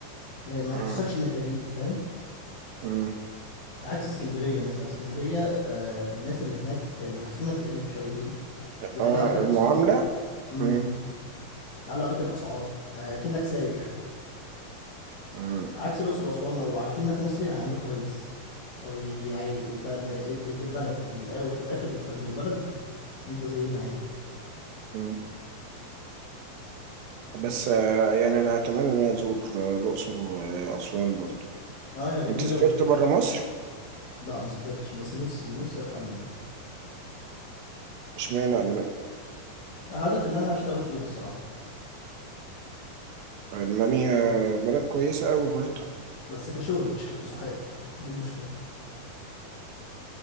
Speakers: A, on the left; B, on the right.
A: يعني ما
B: مم.
A: يحسكش انك غريب فاهم
B: مم.
A: عكس اسكندريه مثلا اسكندريه آه الناس اللي هناك بيحسونك غريب شويتين بيعلوا
B: اه
A: عليك الاسعار
B: المعاملة
A: امم
B: مم.
A: يعلوا عليك الاسعار آه كأنك سايح
B: مم.
A: عكس الاقصر واسوان لو عارفين انك مصري هيعاملوك كويس هي... هي... انت م- ابن البلد في الاول وفي الاخر انت من البلد انت زينا عادي
B: مم. بس آه يعني انا اتمنى ان أنا ازور آه، الاقصر واسوان برضو
A: اه يا جميله
B: انت سافرت
A: و...
B: بره مصر
A: لا ما سافرتش بس نفسي نفسي اروح المانيا
B: اشمعنى المانيا
A: هدف ان انا اشتغل فيها الصراحه
B: المانيا بلد كويسه قوي برضه
A: بس كشغل مش كفسحات دي المشكله